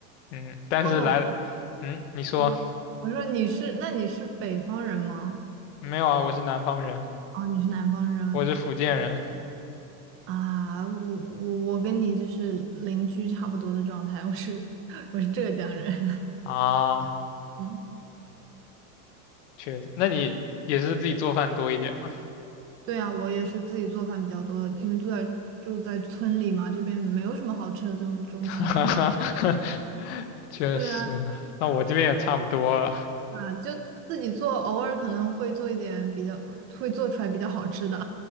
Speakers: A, on the left; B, on the right.
A: 嗯，但是来了，
B: 哦，
A: 嗯，你说
B: 哦，我说你是，那你是北方人吗？
A: 没有啊？我是南方人，
B: 哦，你是南方人
A: 我是福建人
B: 啊？我我我跟你就是邻居差不多的状态，我是 <laughs> 我是浙江人。<laughs>
A: 啊，
B: 嗯，
A: 确实，那你也是自己做饭多一点嘛？
B: 对啊，我也是自己做饭比较多，因为住在住在村里嘛，这边没有什么好吃的这种中餐。
A: <laughs> 确实，
B: 对啊，
A: 那我这边也差不多了，
B: 啊，就自己做，偶尔可能会做一点比较，会做出来比较好吃的。